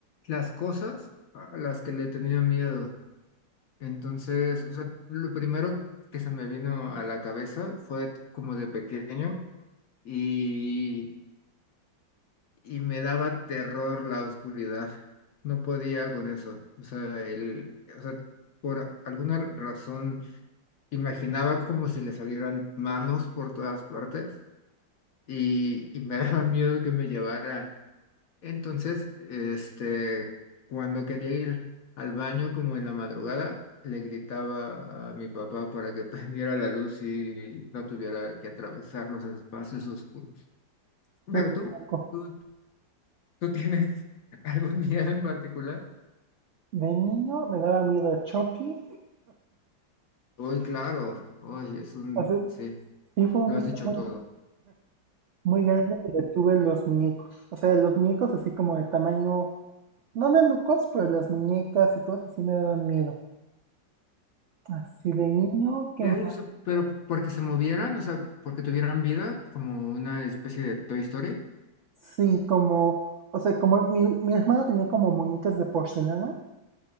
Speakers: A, on the left; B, on the right.
A: las cosas a las que le he tenido miedo. Entonces, o sea, lo primero que se me vino a la cabeza fue como de pequeño y, y me daba terror la oscuridad. No podía con eso. O sea, el, o sea, por alguna razón imaginaba como si le salieran manos por todas partes y, y me <laughs> daba miedo que me llevaran. Entonces, este, cuando quería ir al baño como en la madrugada, le gritaba a mi papá para que <laughs> prendiera la luz y no tuviera que atravesar los espacios oscuros. Pero
B: Qué
A: tú,
B: loco.
A: tú, tú tienes <laughs> algún miedo en particular?
B: De niño me daba miedo Chucky.
A: Hoy, claro, hoy es un,
B: O sea,
A: sí,
B: sí fue un
A: lo
B: miedo
A: has dicho
B: muy,
A: todo.
B: muy grande que le tuve a los muñecos. O sea, los muñecos así como de tamaño, no de nucos, pero las muñecas y cosas así me daban miedo. Así de niño, ¿qué
A: Ok,
B: más?
A: o sea, pero porque se movieran, o sea, porque tuvieran vida, como una especie de Toy Story.
B: Sí, como, o sea, como mi, mi hermana tenía como muñecas de porcelana.